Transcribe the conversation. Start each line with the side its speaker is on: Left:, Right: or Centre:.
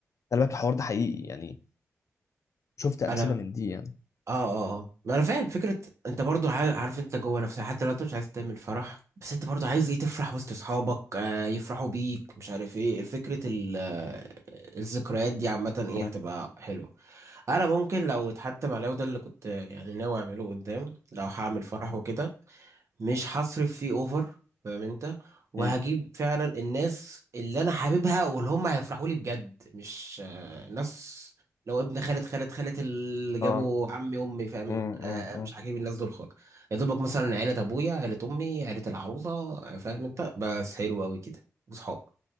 Left: خلي بالك الحوار ده حقيقي يعني شفت امثله
Right: أنا
Left: من دي يعني
Right: اه اه آه. ما انا فاهم فكره انت برضو عا- عارف انت جوه نفسك حتى لو انت مش عايز تعمل فرح بس انت برضو عايز ايه تفرح وسط اصحابك آه يفرحوا بيك مش عارف ايه فكره ال- آه، الذكريات دي عامه ايه
Left: مم.
Right: هتبقى حلوه انا ممكن لو اتحتم عليا وده اللي كنت آه، يعني ناوي اعمله قدام لو هعمل فرح وكده مش هصرف فيه اوفر فاهم انت وهجيب
Left: مم.
Right: فعلا الناس اللي انا حاببها واللي هم هيفرحوا لي بجد مش آه، ناس لو ابن خالد خالد خالد اللي جابوا
Left: اه
Right: عمي امي فاهم
Left: مم.
Right: آه،
Left: مم.
Right: مش هجيب الناس دول خالص يا دوبك مثلا عيلة ابويا عيلة امي عيلة العروسة آه، فاهم انت بس حلو قوي كده وصحاب